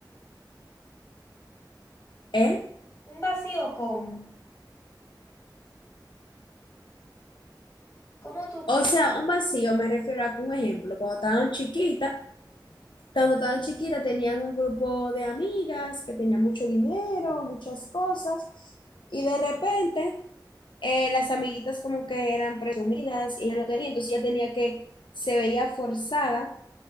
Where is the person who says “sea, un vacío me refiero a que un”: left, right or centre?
Left